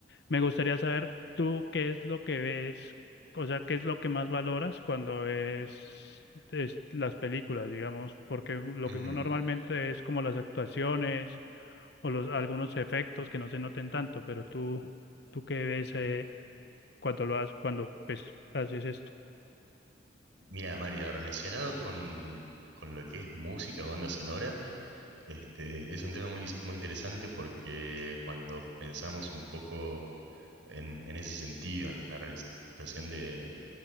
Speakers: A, on the left; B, on the right.
A: me gustaría saber tú qué es lo que ves, o sea, qué es lo que más valoras cuando es, es las películas, digamos, porque lo
B: Ujú.
A: que uno normalmente es como las actuaciones o los algunos efectos que no se noten tanto, pero tú, tú qué ves eh, cuando lo haces, cuando pues haces esto.
B: Mira, Mario, relacionado con, con lo que es música o banda sonora, este, es un tema muy, muy interesante porque cuando pensamos un poco en, en ese sentido, en la realización de,